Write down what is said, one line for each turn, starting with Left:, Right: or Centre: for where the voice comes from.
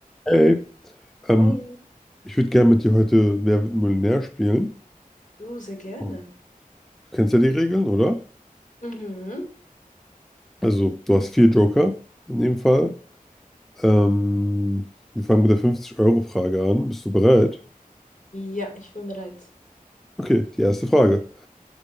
Centre: Hey, ähm,
Left: Hi,
Centre: ich würde gerne mit dir heute Wer wird Millionär spielen.
Left: du, sehr gerne.
Centre: Du kennst ja die Regeln, oder?
Left: Mhm.
Centre: Also, du hast vier Joker in dem Fall. Ähm, wir fangen mit der 50-Euro-Frage an. Bist du bereit?
Left: Ja, ich bin bereit.
Centre: Okay, die erste Frage.